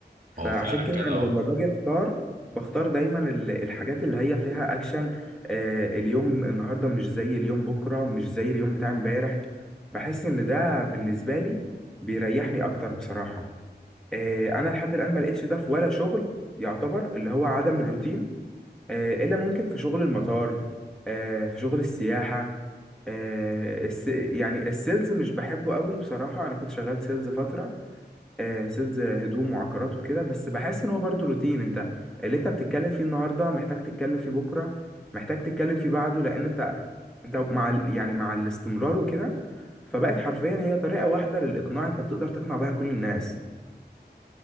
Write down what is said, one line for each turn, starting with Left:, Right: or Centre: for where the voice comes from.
Centre: فعشان
Right: هو فعلا
Centre: كده
Right: كده
Centre: انا
Right: آه.
Centre: لما باجي اختار بختار دايما ال- الحاجات اللي هي فيها اكشن آه اليوم النهارده مش زي اليوم بكره مش زي اليوم بتاع امبارح بحس ان ده بالنسبه لي بيريحني اكتر بصراحه آه انا لحد الان ما لقيتش ده في ولا شغل يعتبر اللي هو عدم الروتين آه الا ممكن في شغل المطار آه في شغل السياحه آه الس يعني السيلز مش بحبه قوي بصراحه انا كنت شغال سيلز فتره آه، سيلز هدوم وعقارات وكده بس بحس ان هو برضو روتين انت اللي انت بتتكلم فيه النهارده محتاج تتكلم فيه بكره محتاج تتكلم فيه بعده لان انت انت مع ال- يعني مع الاستمرار وكده فبقت حرفيا هي طريقه واحده للاقناع انت بتقدر تقنع بيها كل الناس